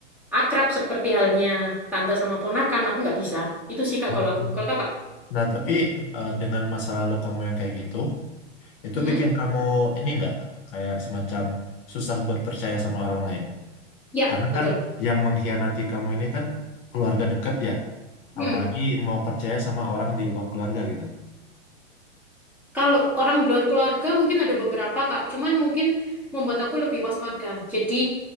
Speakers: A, in the centre; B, on the left.
A: akrab seperti halnya tante sama ponakan aku nggak bisa itu sih kak
B: Hmm.
A: kalau aku kalau kakak
B: Nah, tapi eh, dengan masa lalu kamu yang kayak gitu, itu
A: Mm-hmm.
B: bikin kamu ini nggak kayak semacam susah buat percaya sama orang lain.
A: Ya,
B: Karena
A: betul.
B: kan yang mengkhianati kamu ini kan keluarga dekat ya,
A: Hmm.
B: apalagi mau percaya sama orang di luar keluarga gitu.
A: Kalau orang di luar keluarga mungkin ada beberapa, Kak. Cuman mungkin membuat aku lebih waspada. Jadi